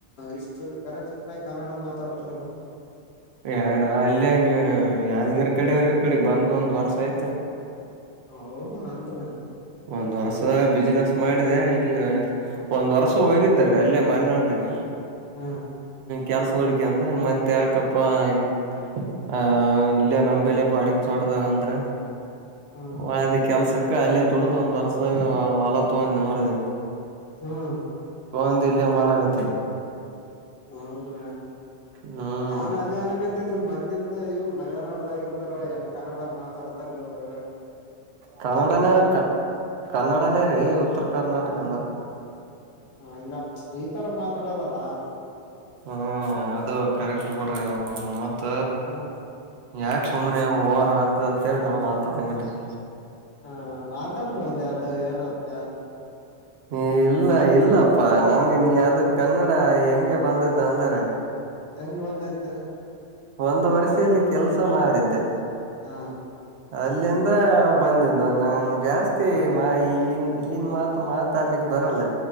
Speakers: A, on the left; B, on the right.
A: ಇಷ್ಟು ಕರೆಕ್ ಕಾಯ್ ಕನ್ನಡ ಮಾತ್ ತಡ ಚಡಮ
B: ಯಣ ಅಲ್ಲೇ ನೀ ಯಾವ್ದಗರ್ ಕಡವ್ರ ಕಡೆ ಬಂದ್ ಒಂದ್ ವರ್ಸ ಆಯ್ತ
A: ಹೌದಾ ಅಂದ್ರ
B: ಒಂದ್ ವರ್ಷದ ಬಿಸ್ನೆಸ್ ಮಾಡಿದೆ ಇ ಒಂದ್ ವರ್ಷ ಹೋಗಿದ್ದರು ಅಲ್ಲೇ ಮಲೆನಾಡನಾಗ
A: ಹ್ಮ್
B: ಕೆಲ್ಸ ಹೋಡಿಕೆ ಅಂದ್ರ ಮತ್ತೆ ಯಾಕಪ್ಪ ಹಂಗ ಆ ಇಲ್ಲ ನಮ ಬೆಲೆ ಬಾಡಕ್ ತೋಟದಾಗ ಅಂದ್ರ
A: ಹ್ಮ್
B: ವದ ಕೆಲ್ಸಕ್ಕೆ ಅಲ್ಲೇ ದುಡ್ಡ್ದ ಒಂದ್ ವಸದಾಗ ಹೊಲ ತಗೊಂಡರಿದೆ
A: ಹ್ಮ್
B: ಒಂದು ಇಲ್ಲ ಮಾಡಾಗತ್ತೇನೆ.
A: ಹೌದ್ರೀ
B: ಹ್ಮ್
A: ನಾ ಅದನ ಗತ್ತೇನ್ರಿೀ ಮನ್. ಇನ್ನಿಂದ ಇವರು ಮಲೆನಾಡದಾಗ ಇರ್ತಾರ ಹೆಂಗ ಕನ್ನಡ ಮಾತಾಡ್ತಾರ ಇವರು.
B: ಕನ್ನಡನೇ ಕ ಕನ್ನಡನೇ ರೀ ಉತ್ತರ ಕರ್ನಾಟಕ ಅಂದ್ರ.
A: ಹಾ ಇಲ್ಲ ಈ ತರ ಮಾತಾಡಲ್ಲಲ್ಲ.
B: ಹ್ಮ ಅದು ಕರೆಕ್ಟ್ ಬಿಡ್ರಿ ಮತ್ತ.
A: ಹ
B: ಯಾಕ ಸುಮ್ಮ್ನೆವು ಓವರ್ ಆತದ ಅಂತೇಳಿ ನಾವ್ ಮಾತಾಡಂಗಲ್ರರಿ.
A: ಹ ಮಾತಾಡ್ರಿ ಒಂದ ಎರಡು ಏನಂತ.
B: ಹ ಇಲ್ಲ ಇಲ್ಲಪ್ಪಾ ನಮ್ಗೆ ನೀ ಅದು ಕನ್ನಡ ಹೆಂಗೆ ಬಂದಿದ್ದ ಅಂದರೆ.
A: ಹೆಂಗ್ ಬಂದಐ್ತಾರ.
B: ಒಂದು ವರ್ಷ ಇಲ್ಲಿ ಕೆಲ್ಸ ಮಾಡಿದ್ದೆ.
A: ಹಾ.
B: ಅಲ್ಲಿಂದ ಬಂದಿದ್ದು ನನ್ು ಜಾಸ್ತಿ ಮಾ ಇಲ್ಲಿನ್ ಇಲ್ಲಿನ್ ಮಾತು ಮಾತಾಡ್ಲಿಕ್ಕೆ. ಬರಲ್ಲ